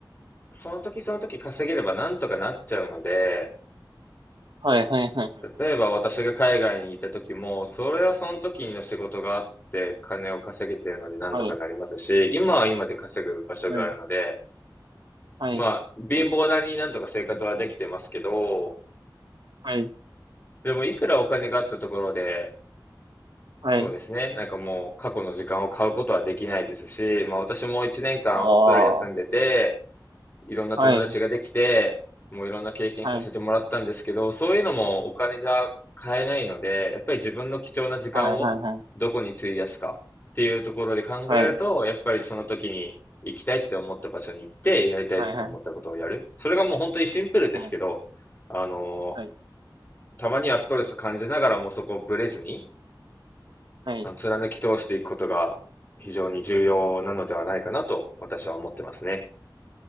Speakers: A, on the left (about 25°); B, on the right (about 75°).
A: その時その時稼げればなんとかなっちゃうので、
B: はい。はい。
A: 例えば私が海外に行った時も、それはその時の仕事があって金を稼げてるのでなんとかなりますし、
B: はい。
A: 今は今で稼ぐ場所があるので、
B: はい。はい。
A: まあ貧乏なりになんとか生活はできてますけど、
B: はい。
A: でもいくらお金があったところで、
B: はい。
A: そうですね。
B: はい。
A: なんかもう過去の時間を買うことはできないですし、まあ私も1年間オーストラリア住んでて、
B: ああ。
A: いろんな友達ができて、
B: はい。
A: もういろんな経験させてもらったんですけど、
B: はい。
A: そういうのもお金じゃ買えないので、やっぱり自分の貴重な時間をどこに費やすかっていうところで考えると、
B: はい。はい。はい。は
A: やっぱりその時に行きたいって思った場所に行って、やりたいって思ったことをやる。
B: い。はい。
A: それがもう本当にシンプルですけど、
B: はい。
A: あの、
B: はい。
A: たまにはストレス感じながらもそこをブレずに、
B: はい。
A: あの貫き通していくことが非常に重要なのではないかなと私は思ってますね。